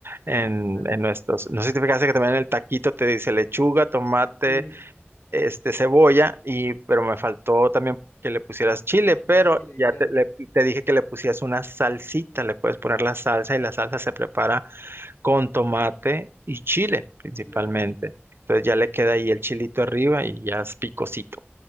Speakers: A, on the right; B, on the left.
A: en,
B: Ah, claro.
A: en nuestros. No sé si te fijaste que también en el taquito te dice lechuga, tomate,
B: Sí,
A: este, cebolla, y pero me faltó también que le pusieras chile, pero
B: el chile,
A: ya
B: claro,
A: te, le- te dije que le pusieras una salsita, le puedes poner la salsa y la salsa se prepara con tomate y chile principalmente.
B: claro.
A: Entonces ya le queda
B: Mm.
A: ahí el chilito arriba y ya es picosito.